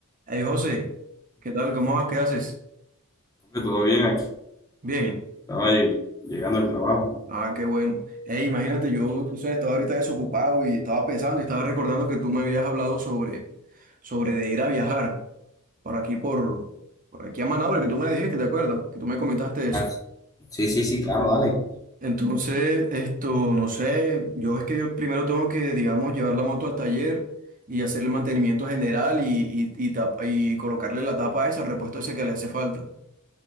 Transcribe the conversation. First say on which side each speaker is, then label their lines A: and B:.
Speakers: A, on the right; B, on the left.
A: Hey José, ¿qué tal? ¿Cómo vas? ¿Qué haces?
B: Hombre, Todo bien aquí,
A: Bien.
B: estaba lle- llegando al trabajo.
A: Ah, qué bueno. Hey, imagínate, yo, tú sabes, estaba ahorita desocupado y estaba pensando y estaba recordando que tú me habías hablado sobre, sobre de ir a viajar por aquí, por, por aquí a Manaure, que tú me dijiste, ¿te acuerdas? Que tú me comentaste eso.
B: Ah, sí, sí, sí, claro, dale.
A: Entonces, esto, no sé, yo es que yo primero tengo que, digamos, llevar la moto al taller y hacer el mantenimiento general y, y, y, tap- y colocarle la tapa esa, el repuesto ese que le hace falta.